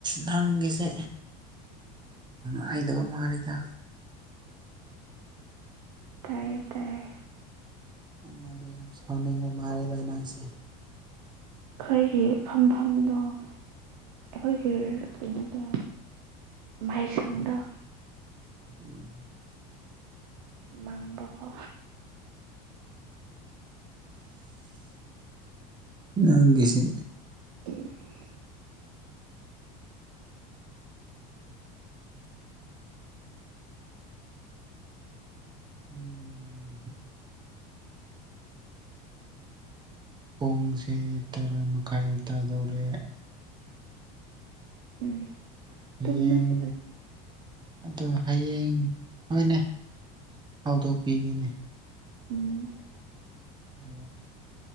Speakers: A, on the right; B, on the right.
A: ꯅꯪꯒꯤꯁꯦ ꯍꯥꯏꯗꯧꯕ ꯃꯥꯔꯤꯦꯗ
B: ꯇꯔꯌꯦꯦ ꯇꯔꯦ
A: ꯑꯩꯉꯣꯟꯗ ꯌꯥꯝ ꯁꯥꯎꯅꯤꯡꯕ ꯃꯥꯜꯂꯦꯗ ꯑꯉꯥꯡꯁꯦ
B: ꯑꯩꯈꯣꯏꯒꯤ ꯐꯝꯐꯝꯗꯣ ꯑꯩꯣꯏ ꯀ ꯑꯩꯅꯣꯗꯣ ꯃꯍꯩꯁꯪꯗ
A: ꯎꯝ
B: ꯃꯥꯡꯕꯈ
A: ꯅꯪꯒꯦꯁꯦ
B: <inaudible>
A: ꯎꯝ ꯄꯨꯡꯁꯦ ꯇꯔꯥ ꯃꯈꯥꯏ ꯇꯥꯗꯧꯔꯦ
B: ꯎꯝ
A: ꯍꯌꯦꯡ
B: ꯇꯨꯝꯃꯁꯤꯗꯀꯣ
A: ꯑꯣ ꯍꯌꯦꯡ ꯍꯣꯏꯅꯦ ꯍꯧꯗꯣꯛꯄꯤꯒꯅꯦ
B: ꯎꯝ
A: ꯑꯗꯣ